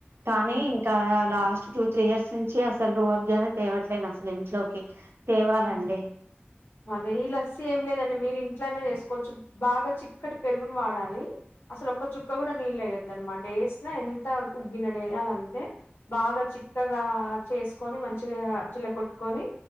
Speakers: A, on the right; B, on the left.
A: కానీ
B: ఆ
A: ఇంకా లాస్ట్ టూ త్రీ ఇయర్స్ నుంచి అసలు రూహబ్జానే తేవట్లేను అసలు ఇంట్లోకి తేవాలండి
B: ఉమ్ అదే ఈ లస్సీ ఏం లేదండి మీరు ఇంట్లోనా చేసుకోవచ్చు బాగా చిక్కటి పెరుగును వాడాలి అసలు ఒక్క చుక్క కూడా నీళ్ళు అయ్యొదు అన్నమాట డేస్ిన ఎంత ఉగ్గిన డేయాలంతే బాగా చిక్కగా చేసుకొని మంచిగా చిల్ల కొట్టుకొని